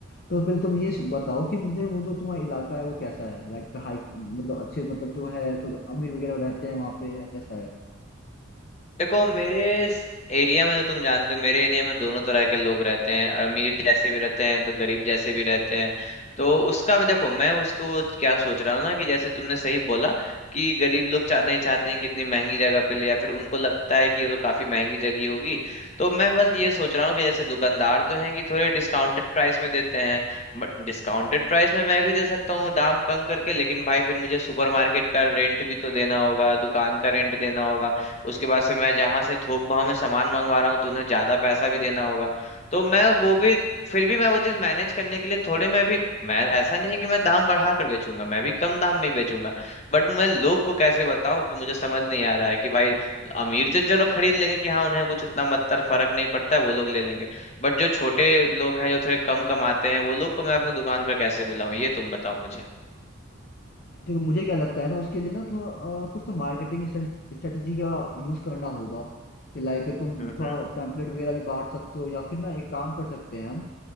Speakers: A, on the left; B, on the left.
A: तो पहले तुम ये सु- बताओ कि मुझे वो जो तुम्हारा इलाका है वो कैसा है लाइक हाई मतलब अच्छे मतलब जो है तो अमीर वगैरह रहते हैं वहाँ पे या कैसा है
B: देखो मेरे इस एरिया में जो तुम जानते हो मेरे एरिया में दोनों तरह के लोग रहते हैं अमीर जैसे भी रहते हैं तो गरीब जैसे भी रहते हैं तो उसका मैं देखो मैं उसको क्या सोच रहा हूँ ना कि जैसे तुमने सही बोला कि गरीब लोग चाह नहीं चाहते हैं कि इतनी महंगी जगह पे ले या फिर उनको लगता है कि ये तो काफी महंगी जगह होगी तो मैं बस ये सोच रहा हूँ कि जैसे दुकानदार तो हैं कि थोड़े डिस्काउंटेड प्राइस में देते हैं बट डिस्काउंटेड प्राइस में मैं भी दे सकता हूँ दाम कम करके लेकिन भाई फिर मुझे सुपरमार्केट का रेंट भी तो देना होगा दुकान का रेंट देना होगा उसके बाद से मैं जहां से थोक भाव में सामान मंगवा रहा हूँ तो उन्हें ज्यादा पैसा भी देना होगा तो मैं वो भी फिर भी मैं वो चीज मैनेज करने के लिए थोड़े मैं भी मैं ऐसा नहीं है कि मैं दाम बढ़ा कर बेचूंगा मैं भी कम दाम में ही बेचूंगा बट मैं लोग को कैसे बताऊं कि मुझे समझ नहीं आ रहा है कि भाई अमीर तो चलो खरीद लेंगे कि हाँ उन्हें कुछ इतना मतलब फर्क नहीं पड़ता है वो लोग ले लेंगे बट जो छोटे लोग हैं जो थोड़े कम कमाते हैं वो लोग को मैं अपने दुकान पर कैसे बुलाऊं ये तुम बताओ मुझे
A: देखो मुझे क्या लगता है ना उसके लिए ना थोड़ा अ, कुछ तो मार्केटिंग स्ट्रेटेजी का यूज करना होगा कि लाइक तुम
B: हम्म
A: थोड़ा
B: हम्म
A: पैम्पलेट वगैरह भी बांट सकते हो या फिर ना एक काम कर सकते हैं हम